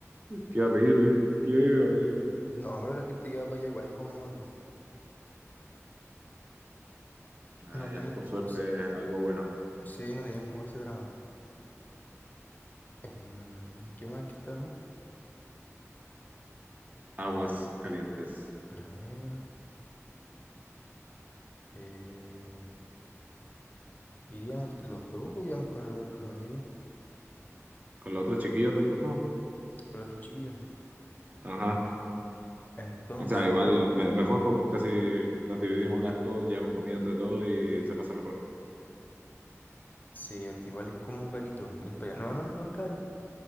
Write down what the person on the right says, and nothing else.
qué horrible, qué horrible.
Ah,
ya,
por suerte
es algo bueno.
Aguas calientes.
¿Con los otros chiquillos del turno?
Ajá.
O sea, igual me- mejor pues, porque así nos dividimos gastos, llevamos comida entre todos y se pasa mejor.